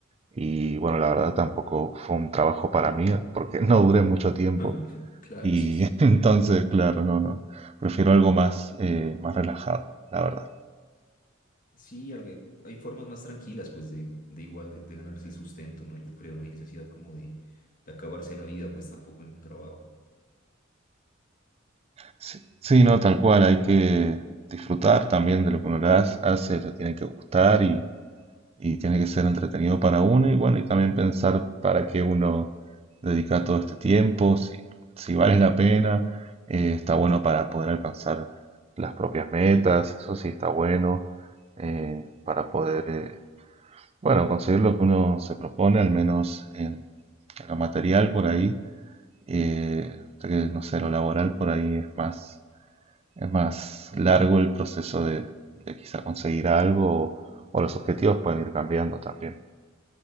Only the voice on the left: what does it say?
<laughs> Claro,
sí es.
Sí, algo- hay formas más tranquilas, pues, de, de igual, de, de ganarse el sustento, ¿no? Yo creo, no hay necesidad como de, de acabarse la vida, pues, tampoco en un trabajo.